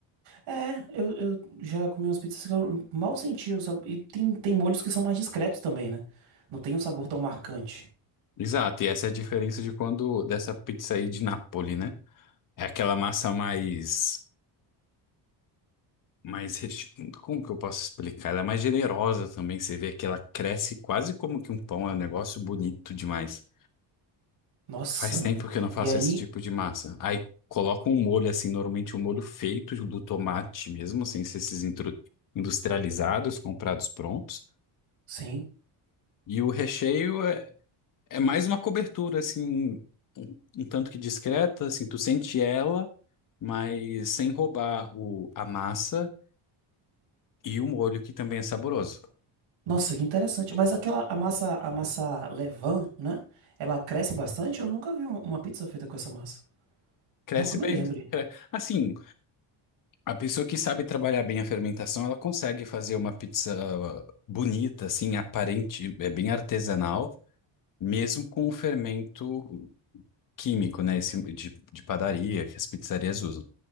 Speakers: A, on the right; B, on the left.
A: É, eu, eu já comi umas pizzas que eu mal senti, o sabor. E tem, tem molhos que são mais discretos também, né? Não tem um sabor tão marcante.
B: Exato, e essa é a diferença de quando dessa pizza aí de Napoli, né? É aquela massa mais mais. reche- Como que eu posso explicar? Ela é mais generosa também. Você vê que ela cresce quase como que um pão. É um negócio bonito demais.
A: Nossa.
B: Faz tempo que eu não faço
A: E aí,
B: esse tipo de massa. Aí coloca um molho assim, normalmente um molho feito do tomate mesmo, sem ser esses intru- industrializados, comprados prontos.
A: sim.
B: E o recheio é, é mais uma cobertura, assim, um, um tanto que discreta, assim, tu sente ela, mas sem roubar o, a massa e o molho, que também é saboroso.
A: Nossa, que interessante. Mas aquela a massa, a massa levain, né? Ela cresce bastante? Eu nunca vi um- uma pizza feita com essa massa.
B: Cresce
A: Não, que eu me
B: bem.
A: lembre.
B: cre- Assim, a pessoa que sabe trabalhar bem a fermentação, ela consegue fazer uma pizza bonita, assim, aparente, é bem artesanal, mesmo com o fermento químico, né? Esse de, de padaria que as pizzarias usam.